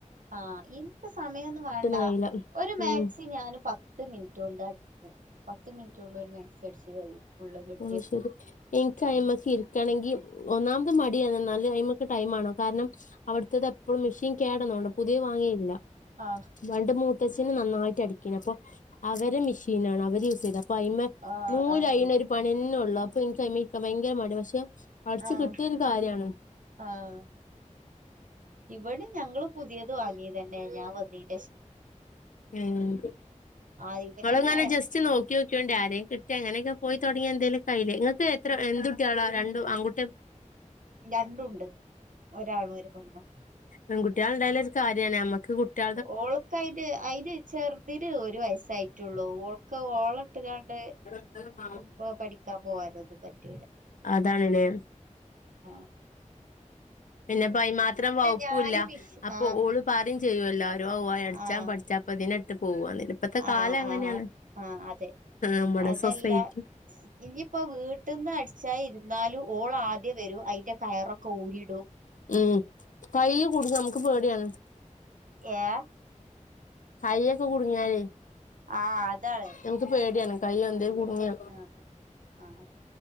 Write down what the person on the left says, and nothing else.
കഴിയില്ല
ഉം
അത്ശെരി എൻക്ക് ഐമക്കി ര്ക്കണെങ്കി ഒന്നാമത് മടിയാണ് ഇന്നാല് ഐമക്ക് ടൈംമാണം കാരണം അവട്ത്തത് എപ്പഴും മെഷീൻ കേടന്നോണ്ട് പുതിയത് വാങ്ങിയേ ചെയ്തില
പണ്ട് മൂത്തച്ഛന് നന്നായിട്ട് അടിക്കെനു അപ്പൊ അവരെ മിഷീനാണ് അവര് യൂസ് ചെയ്തതാ ഇപ്പൈമെ
നൂൽ
ഐനൊരു പണ്യന്നെ ഒള്ളൂ അപ്പൊ ഇൻക്ക് ഐമ്മെരിക്കാൻ ഭയങ്കര മടി പക്ഷെ അടിച്ച്
കിട്ടിയാ ഒരു കാര്യാണ്
ഏഹ്
ഇങ്ങളെങ്ങാനെ ജസ്റ്റ് നോക് ക്യോക്കോണ്ട് ആരേങ്കി കിട്ടാ അങ്ങനെയെക്കെ പോയി താെടങ്ങിയാ എന്തേലും കാഴിലെ നിങ്ങൾക്ക് എത്ര എന്തുട്ടിയേളാ രണ്ടും ആങ്കു
പെങ്കുട്ട്യേള് ഇണ്ടായാലെ ഒര്കാര്യാണ് അമ്മക്ക് കുട്ട്യ
എടോ ഇന്നെലെ മ
അതാണ്ലേ
പിന്നെപ്പൈ മാത്രം വകുപ്പൂല്ല
അപ്പൊ
ഓള്
പറിം ചെയ്യാെല്ലാരും പോ അടിച്ചാ
പഠിച്ചാൽ പതിനെട്ട് പോവാ ഇപ്പത്തെ കാലം
അങ്ങനെയാണ്.
നമ്മടെ
സൊസൈറ്റി
ഉം കൈ കുടുങ്ങും നമുക്ക് പേടിയാണ്
കൈയൊക്കെ കുടുങ്ങിയാല്.
നമക്ക് പേടിയാണ് കയ്യ എന്തേ കുടുങ്ങിയ